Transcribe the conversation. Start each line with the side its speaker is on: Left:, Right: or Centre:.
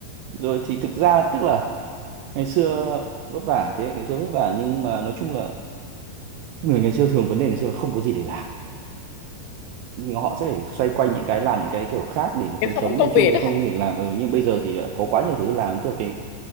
Right: rồi thì thực ra tức là ngày xưa vất vả thế hệ ngày xưa vất vả nhưng mà nói chung là người ngày xưa thường vấn đề ngày xưa là không có gì để làm người họ sẽ phải xoay quanh những cái làm những cái kiểu khác để mà kiếm
Left: kiểu không
Right: sống
Left: có công
Right: nhưng chung
Left: việc
Right: thì
Left: đó
Right: không
Left: hả
Right: có gì làm ừ, nhưng bây giờ thì đã có quá nhiều thứ làm tức là cái